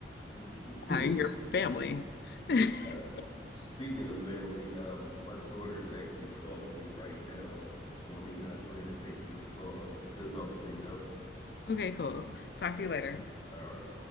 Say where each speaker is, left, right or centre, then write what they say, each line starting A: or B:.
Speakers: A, on the left; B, on the left.
A: <laughs> Yeah.
B: uh, your family. <laughs>
A: Uh, speaking of family, um, my daughter is actually calling me right now. So let me uh, go ahead and take this call. It was good talking to you, though.
B: Okay, cool. Talk to you later.
A: All right.